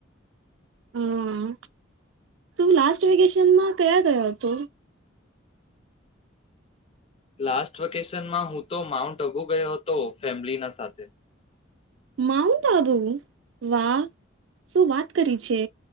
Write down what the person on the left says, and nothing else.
લાસ્ટ વેકેશન માં હું તો માઉન્ટ અબુ ગયો હતો ફેમિલીના સાથે